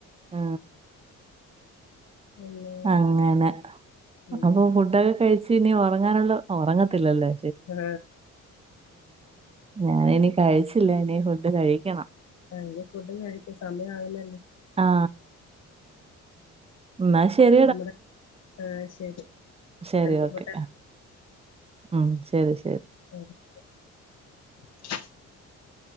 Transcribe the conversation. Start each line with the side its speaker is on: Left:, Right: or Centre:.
Right: ആ
Left: പിന്നെ
Right: അങ്ങനെ
Left: ഉം.
Right: അപ്പൊ ഫുഡൊക്കെ കഴിച്ച് ഇനി ഒറങ്ങാനുള്ള ഒറ ങ്ങത്തില്ലല്ലേ
Left: <unintelligible>
Right: ഞാനിനി കഴിച്ചില്ല ഇനി ഫുഡ് കഴിക്കണം
Left: ആങ്ഫുഡ് കഴിച്ചി സമയം ആകുന്നല്ലോ
Right: ആ എന്ന ശരി <unintelligible>
Left: നമ്മടെ ആ ശരി
Right: ശരി
Left: പര് ചപ്പെട്ട
Right: ഓക്കെ ഉം ശരി ശരി
Left: <inaudible>